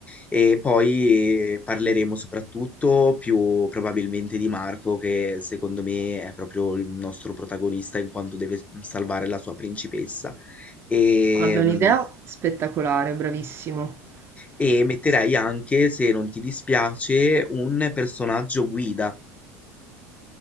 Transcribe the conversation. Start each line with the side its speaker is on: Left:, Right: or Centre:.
Left: E poi eh, parleremo soprattutto più probabilmente di Marco, che secondo me è proprio il nostro protagonista in quanto deve salvare la sua principessa. E,
Right: Guarda, un'idea
Left: mm,
Right: spettacolare, bravissimo.
Left: e metterei
Right: Sì.
Left: anche, se non ti dispiace, un personaggio guida,